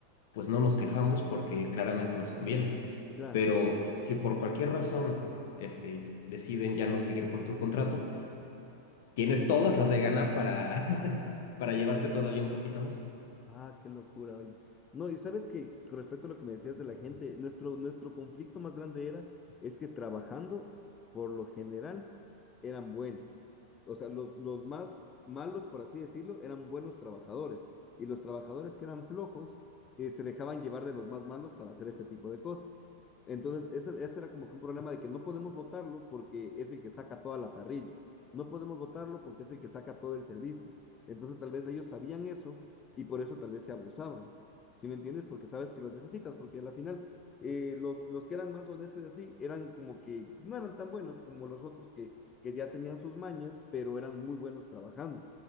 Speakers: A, on the left; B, on the left.
A: pues no nos quejamos porque claramente nos conviene.
B: Claro.
A: Pero si por cualquier razón este, deciden ya no seguir con tu contrato, tienes todas las de ganar para, <laughs> para llevarte todavía un poquito más.
B: Ah, qué locura, oye. No, y sabes que con respecto a lo que me decías de la gente, nuestro, nuestro conflicto más grande era, es que trabajando, por lo general, eran buenos. O sea, los, los más malos, por así decirlo, eran buenos trabajadores. Y los trabajadores que eran flojos, eh, se dejaban llevar de los más malos para hacer este tipo de cosas. Entonces, ese, ese era como que un problema de que no podemos votarlo porque es el que saca toda la parrilla. No podemos votarlo porque es el que saca todo el servicio. Entonces, tal vez ellos sabían eso y por eso tal vez se abusaban. ¿Sí me entiendes? Porque sabes que los necesitas, porque a la final eh, los, los que eran más honestos y así eran como que no eran tan buenos como los otros que, que ya tenían sus mañas, pero eran muy buenos trabajando.